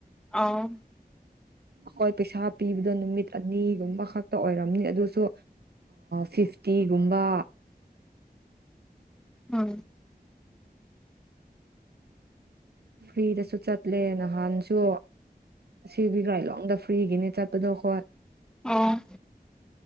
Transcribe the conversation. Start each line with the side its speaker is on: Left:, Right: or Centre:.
Centre: ꯑ
Right: ꯑꯩꯈꯣꯏ ꯄꯩꯁꯥ ꯄꯤꯕꯗꯣ ꯅꯨꯃꯤꯠ ꯑꯅꯤꯒꯨꯝꯕ ꯈꯛꯇ ꯑꯣꯏꯔꯝꯅꯤ ꯑꯗꯨꯁꯨ ꯐꯤꯐꯇꯤꯒꯨꯝꯕ
Centre: ꯎꯝ
Right: ꯐ꯭ꯔꯤꯗꯁꯨ ꯆꯠꯂꯦ ꯅꯍꯥꯟꯁꯨ ꯁꯤꯕꯤ ꯀꯥꯏꯂꯣꯡꯗ ꯐ꯭ꯔꯤꯒꯤꯅꯦ ꯆꯠꯄꯗꯣ ꯍꯣꯏ
Centre: ꯑꯣ